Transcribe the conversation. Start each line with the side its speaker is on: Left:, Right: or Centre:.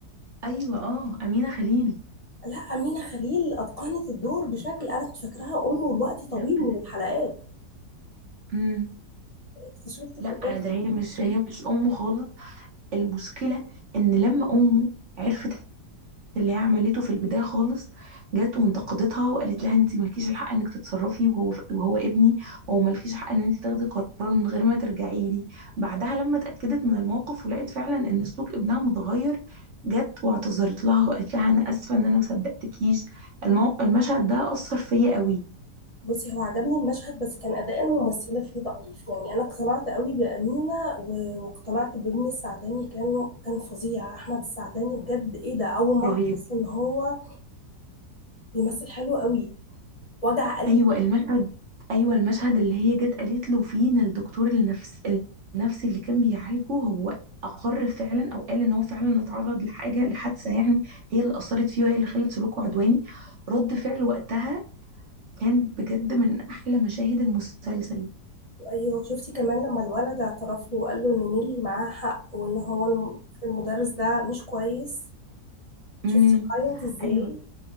Right: ايوه اه امينه خليل
Left: لا أمينة خليل أتقنت الدور بشكل أنا كنت فاكراها أمه لوقت طويل
Right: جامدة
Left: من
Right: جدا
Left: الحلقات
Right: امم
Left: اكتشفت في
Right: لا
Left: الآخر
Right: ده هي مش هي مش امه خالص المشكله ان لما امه عرفت اللي هي عملته في البدايه خالص جت وانتقدتها وقالت لها انت مالكيش الحق انك تتصرفي وهو وهو ابني وهو مالكيش حق ان انت تاخدي قرار من غير ما ترجعي لي بعدها لما اتاكدت من الموقف ولقيت فعلا ان سلوك ابنها متغير جت واعتذرت لها وقالت لها انا اسفه ان انا ما صدقتكيش الموقف المشهد ده اثر فيا قوي
Left: بصي هو عجبني المشهد بس كان أداء الممثلة فيه ضعيف يعني أنا اقتنعت قوي بأمينة و- واقتنعت بابن السعداني كان كان فظيع أحمد السعداني بجد إيه ده أول مرة
Right: رهيب
Left: أحس إن هو بيمثل حلو قوي وجع قلبي
Right: ايوه المشهد ايوه المشهد اللي هي جت قالت له فيه ان الدكتور النفس النفسي اللي كان بيعالجه هو اقر فعلا او قال ان هو فعلا اتعرض لحاجه لحادثه يعني هي اللي اثرت فيه وهي اللي خلت سلوكه عدواني رد فعل وقتها كان بجد من احلى مشاهد المسلسل
Left: أيوة شفتي كمان لما الولد اعترف له وقال له إن نيلي معاها حق وإن هو الم- المدرس ده مش كويس
Right: امم
Left: شفتي عيط إزاي
Right: ايوه